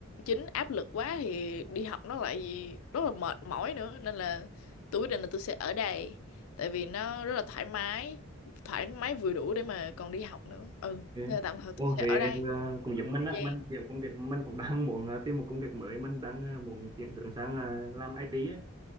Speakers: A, on the left (about 75°); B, on the right (about 20°).
A: chính áp lực quá thì đi học nó lại rất là mệt mỏi nữa nên là tôi quyết định là tôi sẽ ở đây tại vì nó rất là thoải mái thoải mái vừa đủ để mà còn đi học nữa ừ
B: Ok.
A: nên là tạm thời
B: Ồ,
A: tôi sẽ
B: thì
A: ở đây
B: ờ, cũng giống mình
A: thời
B: á
A: gian.
B: mình kiểu công việc mình cũng đang muốn ờ, tìm một công việc mới mình đang ờ, muốn chuyển hướng sang ờ, làm IT ấy